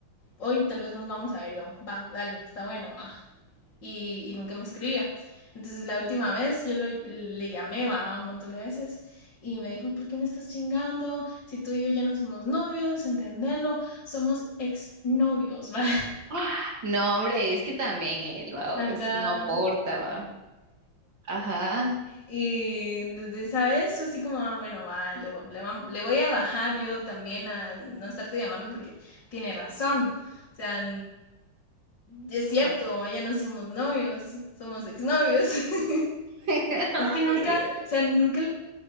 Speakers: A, on the left (about 55°); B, on the right (about 60°).
A: hoy tal vez nos vamos a ver yo, va, dale, está bueno, va y, y nunca me escribía. Entonces la última vez yo lo, le llamé ¿va? un montón de veces y me dijo, ¿por qué me estás chingando? Si tú y yo ya no somos novios, entendelo, somos exnovios, <laughs> va.
B: ¡Ah! No, hombre, es que también él, vamos,
A: Acá.
B: no aporta, va. Ajá.
A: Y desde esa vez fue así como, ah, bueno, va, le, le, le, voy a bajar yo también a no estarte llamando porque tiene razón. O sea, es
B: Ajá.
A: cierto, ya no somos novios, somos exnovios. <laughs>
B: <laughs> Ay,
A: es que nunca,
B: Dios.
A: o sea, nunca